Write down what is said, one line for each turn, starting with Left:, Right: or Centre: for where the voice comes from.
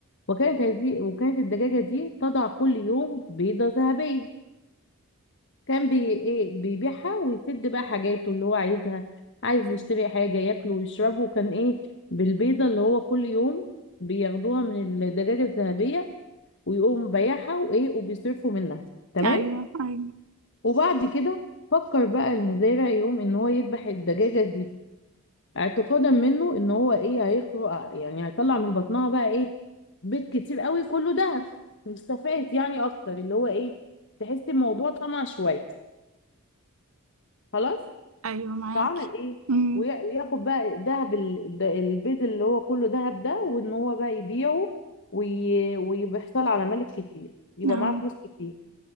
Left: وكانت هذه وكانت الدجاجه دي تضع كل يوم بيضه ذهبيه كان بي ايه بيبيعها ويسد بقى حاجاته اللي هو عايزها عايز يشتري حاجة ياكله ويشربه وكان ايه بالبيضة اللي هو كل يوم بياخدوها من الدجاجة الذهبية ويقوم بايعها وايه وبيصرفوا منها تمام
Right: ايوه ايوه
Left: وبعد كده فكر بقى المزارع يقوم ان هو يذبح الدجاجة دي اعتقادا منه ان هو ايه هيخلق يعني هيطلع من بطنها بقى ايه بيض كتير قوي كله دهب مستفاد يعني اكتر اللي هو ايه تحس الموضوع طمع شوية خلاص
Right: ايوه معاكي
Left: فعمل ايه
Right: امم
Left: ويا- وياخد بقى ذهب ال- البيض اللي هو كله ذهب ده وان هو بقى يبيعه وي- ويحصل على ملك كتير يبقى
Right: اهو
Left: معاه فلوس كتير